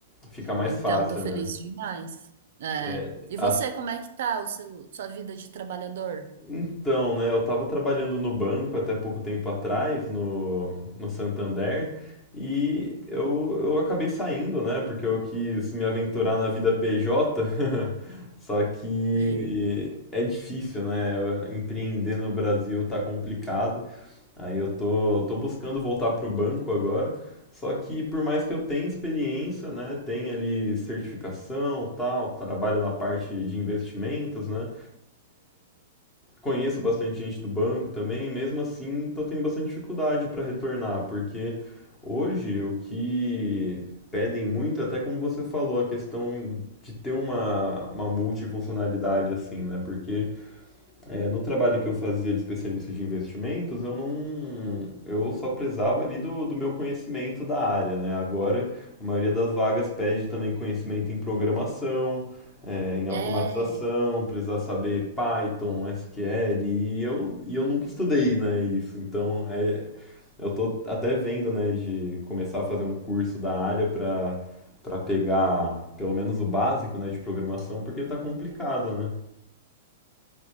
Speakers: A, on the left (about 20°); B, on the right (about 70°).
A: Fica mais
B: então,
A: fácil,
B: tô feliz
A: né?
B: demais. É.
A: É,
B: E
A: a-
B: você, como é que tá o seu, sua vida de trabalhador?
A: Então, né? Eu tava trabalhando no banco até pouco tempo atrás, no, no Santander, e eu, eu acabei saindo, né? Porque eu quis me aventurar na vida PJ. <laughs> Só que
B: Sei.
A: é difícil, né? Empreender no Brasil tá complicado. Aí eu tô, tô buscando voltar para o banco agora, só que por mais que eu tenha experiência, né, tenha ali certificação, tal, trabalho na parte de investimentos, né, conheço bastante gente do banco também, e mesmo assim tô tendo bastante dificuldade para retornar, porque hoje o que pedem muito, até como você falou, a questão de ter uma, uma multifuncionalidade assim, né, porque é, no trabalho que eu fazia de especialista de investimentos, eu não, eu só prezava ali do, do meu conhecimento da área, né? Agora, a maioria das vagas pede também conhecimento em programação, é, em automatização,
B: É,
A: precisa saber Python, SQL, e eu, e eu nunca estudei, né, isso. Então, é, eu tô até vendo, né, de começar a fazer um curso da área para para pegar pelo menos o básico, né, de programação, porque tá complicado, né?